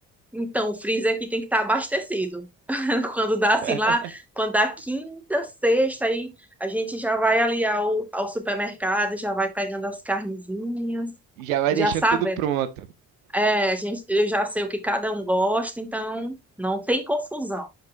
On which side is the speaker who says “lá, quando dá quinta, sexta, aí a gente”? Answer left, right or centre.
Centre